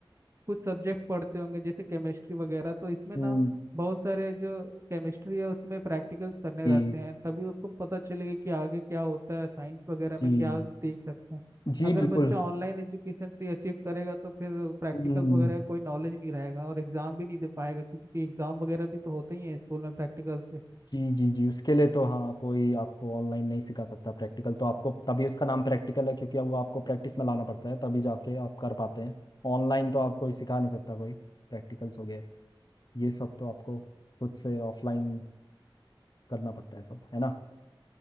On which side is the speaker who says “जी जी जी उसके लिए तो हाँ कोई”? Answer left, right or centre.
Left